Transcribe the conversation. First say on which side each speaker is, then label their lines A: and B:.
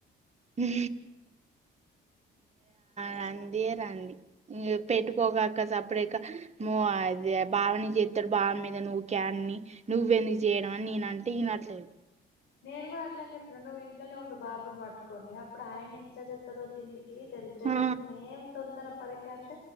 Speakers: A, on the right; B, on the left.
A: ఇ రదే రండి పెట్టుకోగాక సపడేక అద బావని చేస్తాడు బావ మీద నువ్వు క్యాని నువ్వవు ఎందుకు చేయడం అని నేనంటే వినట్లేదు
B: నేను కూడా అట్లని చెప్పాను నువ్వు ఇంట్లోనే ఉండువు బాబును పట్టుకొని అప్పుడు ఆయన ఎట్లా తెత్తాడో తిండి తెల్తది
A: ఆ
B: నువ్ ఏం తొందర పడకంట